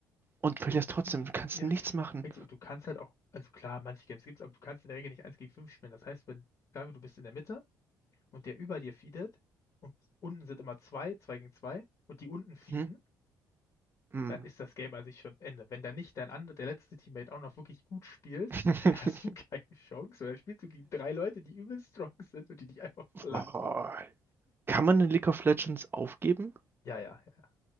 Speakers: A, on the right (about 30°); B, on the left (about 50°).
A: und verlierst
B: oh,
A: trotzdem, du kannst
B: ja,
A: nichts machen.
B: richtig, und du kannst halt auch, also klar, manche Games gibt's, aber du kannst in der Regel nicht eins gegen 5 spielen. Das heißt, wenn, sagen wir, du bist in der Mitte, und der über dir feedet und unten sind immer zwei, zwei gegen zwei und die unten feeden,
A: Mhm. Mhm.
B: dann ist das Game an sich schon Ende. Wenn da nicht dein anderer, der letzte Teammate auch noch wirklich gut spielt,
A: <laughs>
B: <laughs> dann hast du keine Chance. Weil dann spielst du gegen drei Leute, die übel strong sind und die dich einfach <laughs> platt
A: Oh.
B: machen.
A: Kann man in League of Legends aufgeben?
B: Ja, ja, ja.